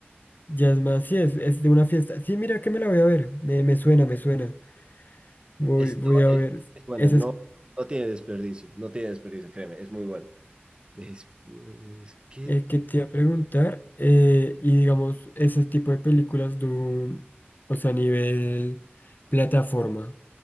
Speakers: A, on the left (about 50°); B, on the right (about 25°).
A: Ya es más, sí, es, es de una fiesta. Sí, mira que me la voy a ver. Me, me suena, me suena. Voy,
B: Esto
A: voy a
B: es,
A: ver.
B: es buena.
A: Esa
B: No,
A: es
B: no tiene desperdicio. No tiene desperdicio, créeme. Es muy buena. Después, ¿qué
A: eh, que te iba a preguntar. eh, y digamos, ese tipo de películas, du- o sea, a nivel plataforma,